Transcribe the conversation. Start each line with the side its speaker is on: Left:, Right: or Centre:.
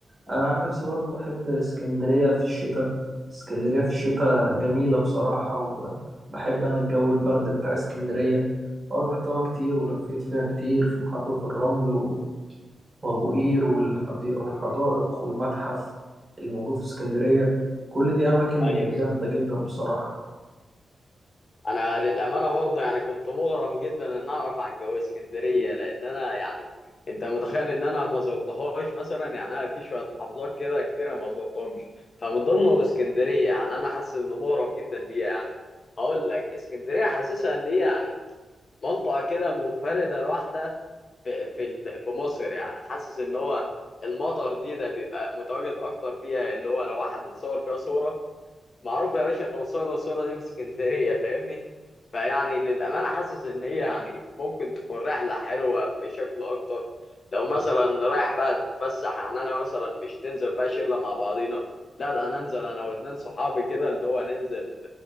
Right: أنا عن نفسي برضو بحب اسكندرية في الشتاء اسكندرية في الشتاء جميلة بصراحة وبحب أنا الجو البرد بتاع اسكندرية اه رحتها كتير ولفيت فيها كتير في محطة الرمل وأبو قير والحدي- والحدائق والمتحف اللي موجود في اسكندرية كل دي أماكن
Left: ايوه
Right: جامدة جدا بصراحة
Left: انا للامانه برضه يعني كنت مغرم جدا ان اعرف عن جو اسكندريه لان انا يعني انت متخيل ان انا ما زرتهاش مثلا يعني انا في شويه محافظات كده كتيره ما زرتهمش فمن ضمنهم اسكندريه يعني انا حاسس انه مغرم جدا بيها يعني هقول لك اسكندريه حاسسها ان هي يعني منطقه كده منفرده لوحدها في في ال- في مصر يعني حاسس ان هو المطر دي ده بيبقى متواجد اكتر فيها اللي هو لو واحد اتصور كده صوره معروف يا باشا توصيل الصورة دي في اسكندرية فاهمني فيعني للأمانة حاسس إن هي يعني ممكن تكون رحلة حلوة بشكل أكتر لو مثلا رايح بقى أتفسح يعني أنا مثلا مش ننزل بقى شلة مع بعضينا لا ده أنا أنزل أنا واتنين صحابي كده اللي هو ننزل